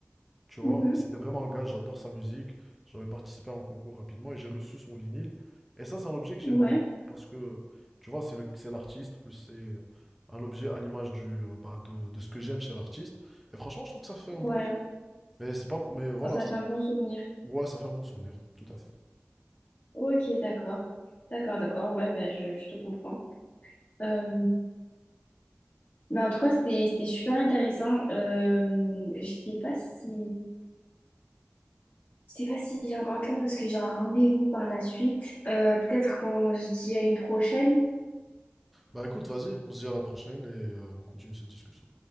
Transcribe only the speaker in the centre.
Tu vois,
mais c'était vraiment un gars, j'adore sa musique. J'avais participé à un concours rapidement et j'ai reçu son vinyle. Et ça, c'est un objet que j'aime
beaucoup parce que, tu vois, c'est le, c'est l'artiste, plus c'est euh, un objet à l'image du, euh, bah, de, de ce que j'aime chez l'artiste. Et franchement, je trouve que ça fait un
bon truc. Mais c'est pas, mais voilà,
c'est-
ouais, ça fait un bon souvenir, tout à fait.
Bah écoute, vas-y, on se dit à la prochaine et euh, on continue cette discussion.